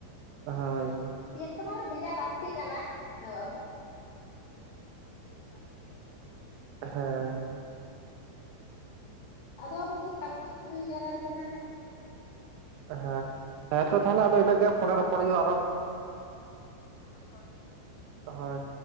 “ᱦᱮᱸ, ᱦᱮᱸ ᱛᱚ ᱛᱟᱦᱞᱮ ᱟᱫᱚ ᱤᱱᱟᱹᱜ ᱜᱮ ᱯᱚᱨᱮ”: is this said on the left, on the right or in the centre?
Right